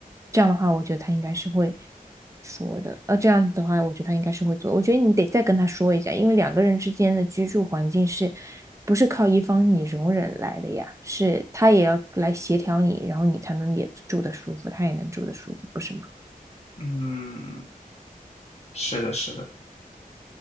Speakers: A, on the right; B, on the left.
A: 这样的话，我觉得他应该是会说的。呃，这样的话，我觉得他应该是会做。我觉得你得再跟他说一下，因为两个人之间的居住环境是不是靠一方你容忍来的呀？是他也要来协调你，然后你才能也住得舒服，他也能住得舒服，不是吗？
B: 嗯，是的，是的，